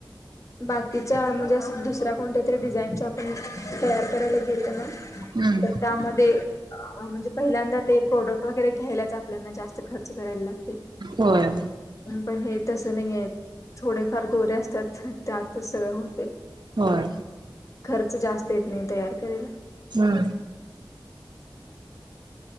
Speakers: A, on the left; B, on the right.
A: बाकीच्या म्हणजे असं दुसऱ्या कोणत्या तरी, डिझाईनच्या आपण तयार करायला गेले ना
B: हम्म
A: तर त्यामध्ये अ म्हणजे, पहिल्यांदा ते प्रोडक्ट वगैरे घ्यायलाच आपल्याना जास्त खर्च करायला लागतय.
B: होय.
A: अं पण हे तसं नाहीयेत. थोडेफार दोरे असतात. त्यातच सगळ होतय.
B: होय
A: खर्च जास्त येत नाय तयार करायला.
B: हम्म.